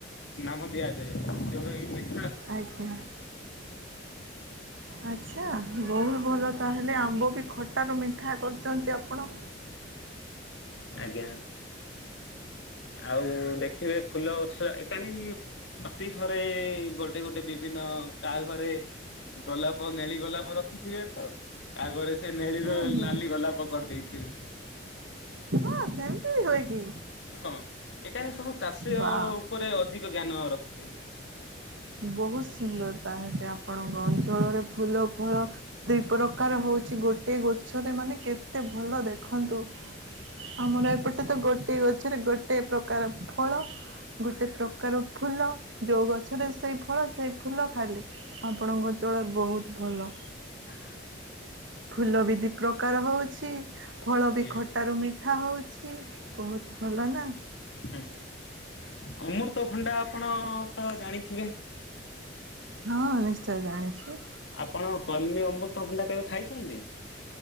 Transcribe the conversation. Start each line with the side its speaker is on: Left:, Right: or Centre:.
Left: ନାମ ଦିଆଯାଏ ଯୋଉ <unintelligible>
Right: ଆଚ୍ଛା। ଆଚ୍ଛା ବହୁତ ଭଲ ତାହେଲେ ଆମ୍ବ ବି ଖଟାରୁ ମିଠା କରୁଛନ୍ତି ଆପଣ।
Left: ଆଜ୍ଞା ଆଉ ଦେଖିବେ ଫୁଲ ଗଛ ଏକାନି ହତି ଘରେ ଗୋଟେ ଗୋଟେ ବିଭିନ୍ନ କାହା ଘରେ ଗୋଲାପ ନେଳି ଗୋଲାପ ରଖିଥିବେ ତ କାହା ଘରେ ସେ ନେଳି
Right: ହୁଁ
Left: ର
Right: ହୁଁ
Left: ଲାଲି ଗୋଲାପ କରିଦେଇଥିବେ।
Right: ଅଁ ସେମତି ବି ହୋଇକି।
Left: ହଁ ଏକା ଯେ ସବୁ ଚାଷୀ
Right: ବା
Left: ଅ ଉପରେ ଅଧିକ ଜ୍ଞାନ ରଖିଛନ୍ତି।
Right: ବୋହୁତ ସୁନ୍ଦର ତାହେଲେ ଆପଣଙ୍କ ଅଞ୍ଚଳରେ ଫୁଲ ଫଳ ଦି ପ୍ରକାର ହଉଛି ଗୋଟିଏ ଗଛରେ ମାନେ କେତେ ଭଲ ଦେଖନ୍ତୁ। ଆମର ଏପଟେ ତ ଗୋଟେ ଗଛରେ ଗୋଟେ ପ୍ରକାର ଫଳ‌। ଗୋଟେ ପ୍ରକାର ଫୁଲ ଯୋଉ ଗଛରେ ସେଇ ଫଳ ସେଇ ଫୁଲ ଖାଲି। ଆପଣଙ୍କ ଅଞ୍ଚଳ ବହୁତ ଭଲ।
Left: ଉଁ
Right: ଫୁଲ ବି ଦି ପ୍ରକାର ହଉଛି ଫଳ
Left: ଆଜ୍ଞା
Right: ବି ଖଟାରୁ ମି ଠା ହଉଛି ବହୁତ ଭଲ ନା।
Left: ଏଁ ଅମୁର୍ତ ଭଣ୍ଡା ଆପଣ ତ ଜାଣିଥିବେ?
Right: ହଁ ନିଶ୍ଚୟ ଜାଣିଛି।
Left: କଣ କଲ୍ମୀ ଅମ୍ବୃତଭଣ୍ଡା କେବେ ଖାଇଛନ୍ତି?